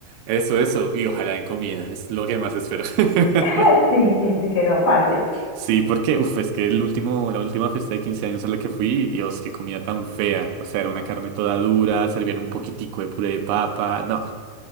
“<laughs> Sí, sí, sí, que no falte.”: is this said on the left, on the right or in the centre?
Left